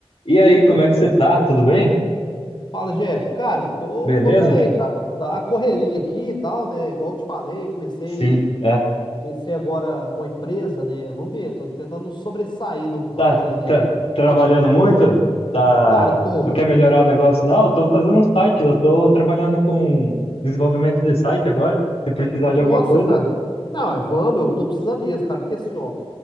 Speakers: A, on the left; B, on the left.
A: E aí, como é que você tá? Tudo bem?
B: Fala, Jeff. Cara, tô,
A: Beleza?
B: tô bem, cara. Tá a correria aqui e tal, né? Igual eu te falei, comecei,
A: Sim, é.
B: comecei agora com a empresa, né? Vamos ver, tô tentando sobressair no ramo
A: Tá,
B: aí, né?
A: tá trabalhando muito? Tá.
B: Cara, tô.
A: Não quer melhorar o negócio? Não, eu tô fazendo um site, eu tô trabalhando com desenvolvimento de site agora. Se precisar de
B: Nossa,
A: alguma coisa,
B: cara. Não, é, vamos, eu tô precisando mesmo, cara, porque assim, ó.